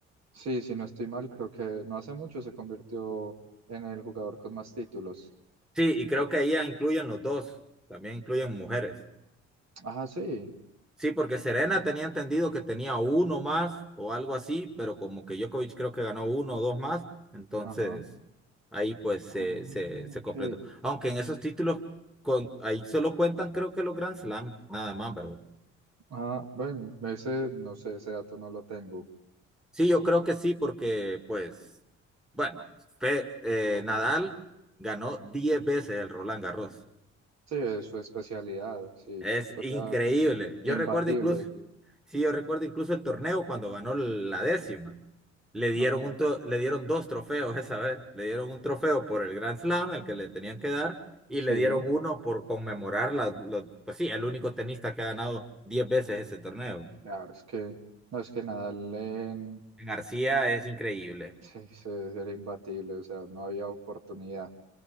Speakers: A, on the right (about 45°); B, in the centre.
A: Sí, si no estoy mal, creo que no hace mucho se convirtió en el jugador con más títulos.
B: Sí, y creo que ahí ya incluyen los dos, también incluyen mujeres.
A: Ajá, sí.
B: Sí, porque Serena tenía entendido que tenía uno más o algo así, pero como que Djokovic creo que ganó uno o dos más, entonces
A: Ajá.
B: ahí pues
A: Ah,
B: se, se, se
A: ok.
B: completó. Aunque en esos títulos con, ahí solo cuentan creo que los Grand Slam, nada más, ¿verdad?
A: Ah, bueno, ese, no sé, ese dato no lo tengo.
B: Sí, yo creo que sí, porque pues, bueno, Fe- eh, Nadal ganó 10 veces el Roland Garros.
A: Sí, es su especialidad, sí,
B: Es
A: eso
B: increíble.
A: era imbatible.
B: Yo recuerdo incluso, sí, yo recuerdo incluso el torneo cuando ganó la décima. Le dieron
A: Ok.
B: un to- le dieron dos trofeos esa vez. Le dieron un trofeo por el Grand Slam, el que le tenían que dar, y le
A: Sí,
B: dieron uno por conmemorar la, lo- pues sí, el único tenista que ha ganado diez veces ese torneo.
A: claro, es que, no es que Nadal en,
B: García es increíble.
A: sí, sí, era imbatible, o sea, no había oportunidad